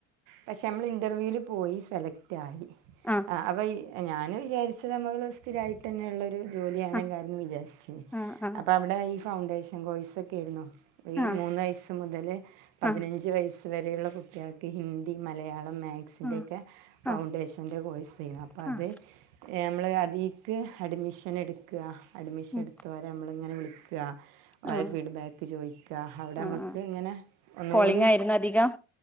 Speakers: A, on the right (about 60°); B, in the centre.
A: പക്ഷെ മ്മള് ഇന്റർവ്യൂൽ പോയി സെലക്ട് ആയി
B: ആഹ്
A: ആ അപയി ഞാനും വിചാരിച്ചത് നമ്മൾ സ്ഥിരമായിട്ട് തന്നെള്ളൊരു ജോലിയാണെങ്കകാരന്ന്
B: ആഹ്
A: വിചാരിച്ചിനി
B: ആഹ് ആഹ്
A: അപ്പ അവിടെ ഇ ഫൗണ്ടേഷൻ കോഴ്സ് ഒക്കെരുന്നു ഈ
B: ആഹ്
A: മൂന്ന്‌ വയസ്സ് മുതല് പതിനഞ്ച്
B: ആഹ്
A: വയ സ് വരെയുള്ള കുട്ടികൾക്ക് ഹിന്ദി മലയാളം മാത്സ്ന്റെയൊക്കെ
B: ആഹ്
A: ഫൗണ്ടേഷന്റെ
B: ആഹ്
A: കോഴ്സേനു അപ്പോ അത്
B: ആഹ് ആഹ്
A: ഞമ്മള് അതീക്ക് അഡ്മിഷൻ എടുക്ക്വ അഡ്മിഷൻ
B: ഉം
A: എടുത്തവരെ നമ്മളിങ്ങനെ വിളിക്കും ആ ഓരേ
B: ആഹ്
A: ഫീഡ്ബാക്ക് ചോദിക്കാ അവിടെമ്മക്ക്
B: ആഹ് ആഹ്
A: ഇങ്ങനെ ഒന്നുകൂടിയും
B: കോളിംഗ് ആയിരുന്നു അധികം